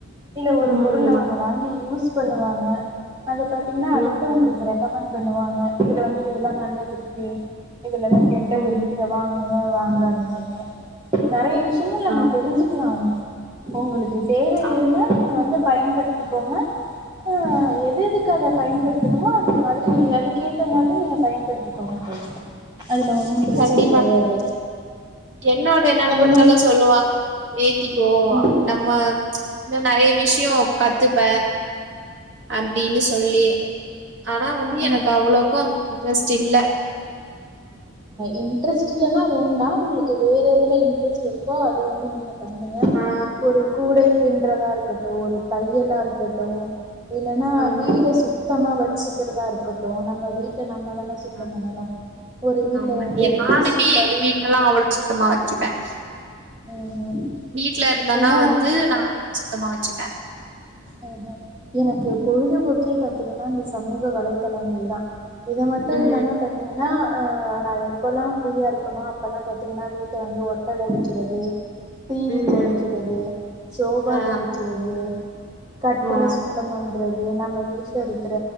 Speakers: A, on the right; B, on the right.
A: இல்ல ஒரு
B: ம்
A: பொருள் அவங்க
B: ஆமா
A: வாங்கி யூஸ் பண்ணுவாங்க அது பாத்தீங்கன்னா அடுத்தவங்க
B: ம்
A: இருக்குற பண்ணுவாங்க இதுல வந்து இதெல்லா நல்லது இருக்கு இதுலல்லா கெட்டது
B: ம்
A: இருக்கு இதலா வாங்காதீங்கன்னு நிறைய விஷ் யங்கள் நம்ம
B: ஆ
A: தெரிஞ்சுக்கலாங் உங்களுக்கு தேவை
B: ஆ
A: இருந்தா நீங்க வந்து பயன்படுத்த க்கோங்க ஆஹ் எது எதுக்கு அத பயன்படுத்தணுமோ அங்க மாதிரி அதுக்குே ஏத்த மாதிரி நீங்க பயன்படுத்திக்கோங்க தோழி அதுல ஒன்னும் பிரச்சன
B: கண்டிப்பா
A: கெடையாது
B: கண்டிப்பா என்னோட நண்பர்களு
A: அதே மாரி
B: சொல்லுவாங்க இப்போ
A: ம்
B: நம்ம இன்னு நிறைய விஷயே கத்துப்ப அப்படின்னு சொல்லி ஆனா வந்து எனக்கு
A: ம்
B: அவ்வளோக்கு அந் ரெஸ்ட் இல்ல
A: இன்ட்ரெஸ்ட் இல்ன்னா வேண்டா உங்களுக்கு வேற எதுல இன்ட்ரெஸ்ட் இருக்கோ அது வந்து நீங்க பண்ணுங்க
B: ஆ
A: ஒரு கூடை பின் றதா இருக்கட்டு ஒரு தையலா இருக்கட்டு இலலனா
B: ஆமாங்க
A: வீடு
B: தோழி
A: சுத்தம் வச் சிக்கிரதா இருக்கட்டு நம்ம வீட் டே நம்மதானே சுத்தம்
B: ஆ
A: பண்ணணு ஒரு வீட்ல
B: ஆமா
A: வந்து
B: நானுமே
A: தூசி படி
B: எங்க வீட்டுல எல்லாம் அவ்வளவு சுத்தமா சுப்பன்
A: ம் ம்
B: வீட்டு்ல இருந்தனா
A: ஏன்னா
B: வந்து நான சுத்தமா வச்சுப்பேன்
A: அஹ் எனக்கு பொழுதுபோக்கே பாத்தீங்கன்னா இந்த சமூக வலைத்தளங்கள் தான் இதை மட்டும்
B: ம்.
A: இல்லாம பாத்தீங்கன்னா நான் எப்பல்லாம் ஃப்ரீயா இருக்கனோ அப்பல்லாம் பாத்தீங்கன்னா வீட்டை வந்து ஒட்டட அடிக்கிறது டிவி
B: ம்.
A: தொடக்கிறது ஷோபா
B: ஆ,
A: தொடக்கிறது கட்டுல
B: ஆ,
A: சுத்த பண்ணி றது நம்ம வீட்டுல இருக்கிற